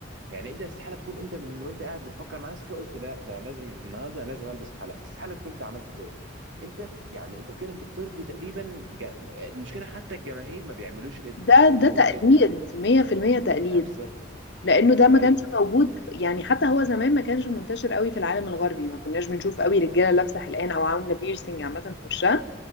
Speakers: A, on the right; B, on the left.
A: يعني انت استحاله تكون انت من وانت قاعد بتفكر مع نفسك كده قلت لا ده انا لازم النهارده انا لازم البس حلق استحاله تكون انت عملت كده انت في يعني انت كده انت بترضي تقريبا جا... المشكله حتى الجماهير ما بيعملوش كده
B: ده
A: ما بيطلبوش
B: ده تقليد
A: كده
B: 100% تقليد
A: اه بالظبط
B: لانه ده ما
A: ايوه
B: كانش موجود يعني حتى هو زمان ما كانش منتشر قوي في العالم الغربي ما كناش بنشوف قوي رجاله لابسه حلقان او عامله بيرسينج عامه
A: مم.
B: في وشها